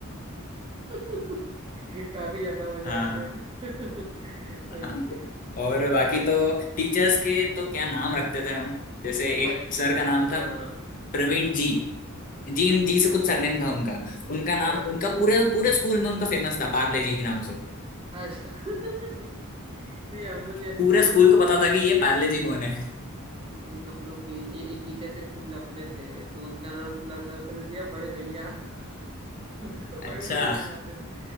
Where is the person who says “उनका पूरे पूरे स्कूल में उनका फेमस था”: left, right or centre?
Left